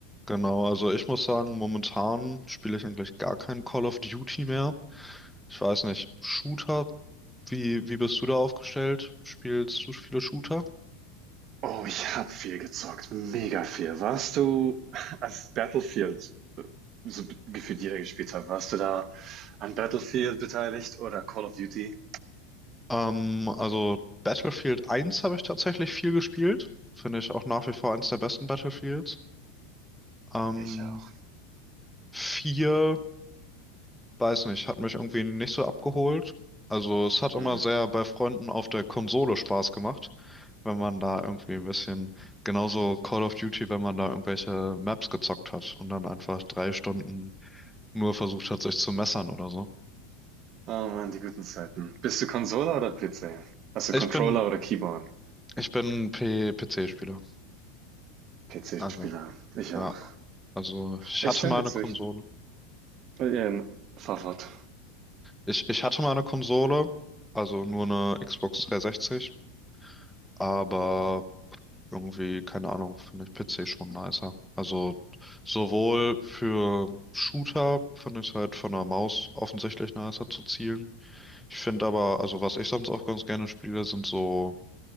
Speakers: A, in the centre; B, on the right.
A: Genau, also ich muss sagen, momentan spiele ich eigentlich gar kein Call of Duty mehr. Ich weiß nicht, Shooter, wie, wie bist du da aufgestellt? Spielst du viele Shooter?
B: Oh, ich habe viel gezockt, mega viel. Warst du, als Battlefield so be- gefühlt jeder gespielt hat, warst du da an Battlefield beteiligt oder Call of Duty?
A: Ähm, also Battlefield eins habe ich tatsächlich viel gespielt. Finde ich auch nach wie vor eins der besten Battlefields. Ähm,
B: Ich auch.
A: 4, weiß nicht, hat mich irgendwie nicht so abgeholt. Also es hat immer
B: Hm.
A: sehr bei Freunden auf der Konsole Spaß gemacht. wenn man da irgendwie ein bisschen, genauso Call of Duty, wenn man da irgendwelche Maps gezockt hat und dann einfach drei Stunden nur versucht hat, sich zu messern oder so.
B: Oh Mann, die guten Zeiten. Bist du Konsole oder PC? Hast
A: Ich
B: du Controller
A: bin,
B: oder Keyboard?
A: ich bin P PC-Spieler.
B: PC-Spieler.
A: Also,
B: Ich auch.
A: ja. Also, ich
B: Ich
A: hatte
B: stimme
A: mal
B: dir
A: eine
B: zu,
A: Konsole.
B: ich äh, ähm, fahr fort.
A: Ich, ich hatte mal eine Konsole, also nur eine Xbox 360, aber irgendwie, keine Ahnung, finde ich PC schon nicer. Also, sowohl für Shooter finde ich es halt von der Maus offensichtlich nicer zu zielen. Ich finde aber, also was ich sonst auch ganz gerne spiele, sind so,